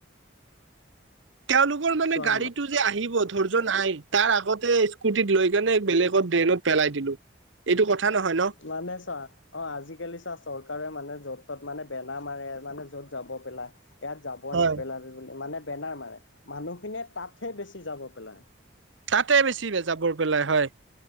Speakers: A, on the right (about 75°); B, on the left (about 75°).
A: তেওঁলোকৰ মানে
B: চোৱা
A: গাড়ীতটো যে আহিব ধৈৰ্য নাই, তাৰ আগতে স্কুটিত লৈ কেনে বেলেগত ড্ৰেইনত পেলাই দিলো। এইটো কথা নহয় ন।
B: মানে ছা। অ' আজিকালি চা চৰকাৰে মানে য'ত-ত'ত মানে বেনাৰ মাৰে মানে য'ত জাবৰ পেলাই ইয়াত যাবৰ
A: হয়।
B: নেপেলাবি বুলি মানে বেনাৰ মাৰে, মানুহখিনিয়ে তাতহে বেছি যাবৰ পেলায়।
A: তাতে বেছি যাবৰ পেলাই, হয়।